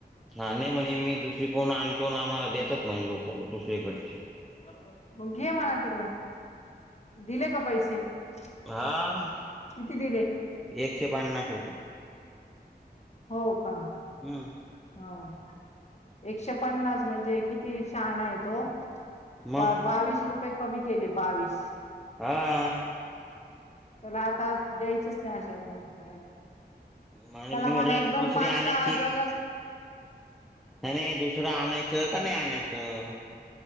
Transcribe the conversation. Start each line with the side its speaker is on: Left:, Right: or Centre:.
Centre: हा, नाही म्हणे मी दुसरी कडुन आणतो ना आम्हाला देतात म्हणे लोक दुसरेकडऽ
Left: मग घे म्हणा तिकडं. दिले का पैसे,, किती
Centre: हा
Left: दिले?
Centre: एकशे पन्नास रुपये.
Left: हो का?
Centre: हम्म,
Left: हा,, एकशे पन्नास म्हणजे किती शाहाणा आहे तो.
Centre: मग
Left: बा बावीस रुपये कमी केले, बावीस.
Centre: हा
Left: तरला आता द्यायचच नाही अशा मुर्त
Centre: म्हण
Left: त्याला
Centre: मी
Left: मला
Centre: म्हटलं आता
Left: एकदम
Centre: दुसरी
Left: पाच
Centre: आणायची
Left: सहा हजार
Centre: नाही नाही दुसरं आणायचं का नाही आणायचं